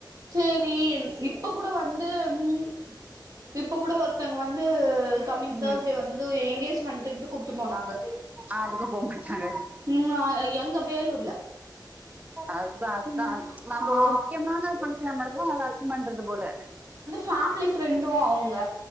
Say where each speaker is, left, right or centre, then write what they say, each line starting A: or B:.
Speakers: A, on the right; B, on the right.
A: சேரிம் இப்ப கூட வந்து ம் இப்ப கூட ஒருத்தங்க வந்து கம்மிங் தேர்ஸ்டே
B: ம்
A: வந்து எங்கேஜ்மெண்ட்டுன்ட்டு கூப்டு போனாங்க
B: ஆ அதுக்கு போ மாட்டாங்க அப்டி
A: ம் ஆ எங்க வேலூர்ல
B: அதுதா அதுதா
A: ம்
B: நம்ப
A: ஆ
B: ஒரு முக்கியமான ஃபங்க்ஷன நடத்துவோ அவுங்க அதுக்கு பண்றது போல
A: ஃபேம்லி ஃப்ரெண்டு அவுங்க